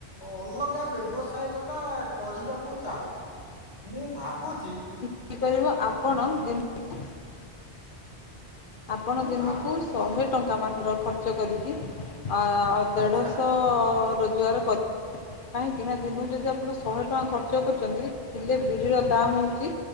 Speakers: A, on the left; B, on the left.
A: ଅଲଗା ବ୍ୟବସାୟ ଗୋଟା କରିବାକୁ ଚାହୁଁଚୁ ମୁଁ ଭାବୁଚି
B: <unintelligible> ଆପଣ ଦିନୁ କୁ ଆପଣ
A: ମୁଁ
B: ଦିନକୁ
A: ଭାବୁଛି
B: ଶହେ
A: ଏଇ ଯୋଉ
B: ଟଙ୍କା ମାତ୍ର ଖର୍ଚ୍ଚ କରିକି। ଆଉ ଦେଢ଼ଶହ
A: ଆଚ୍ଛା।
B: ରୋଜଗାର କରି କାହିଁକି ନା ଦିନକୁ ଯଦି ଆପଣ ଶହେ ଟଙ୍କା ଖର୍ଚ୍ଚ କରୁଚନ୍ତି କିଲେ ବିରିର ଦାମ୍ ହୋଉଚି